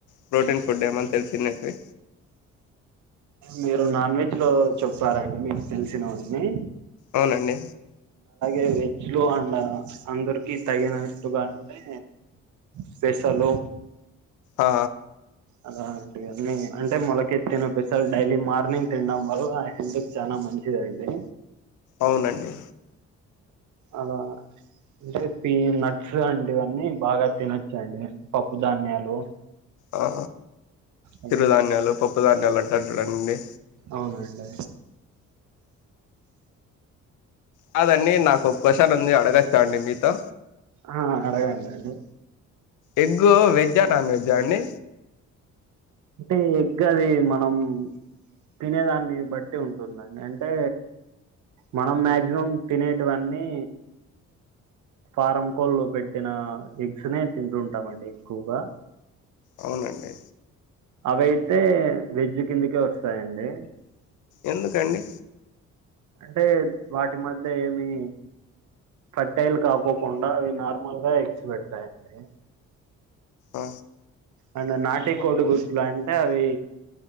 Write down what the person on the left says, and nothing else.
ప్రోటీన్ ఫుడ్ ఏమన్నా తెలిసినట్వి
అవునండి
ఆ
అవునండి
ఆ
చిరుధాన్యాలు పప్పు ధాన్యాలు అంటారు రండి
కాదండి నాకు ఒక్క కోషన్ ఉంది అడగచ్చా అండి మీతో
ఎగ్గు వెజ్జ్ వెజ్జా నాన్ వెజ్జ అండి
అవునండి
ఎందుకండి
ఆ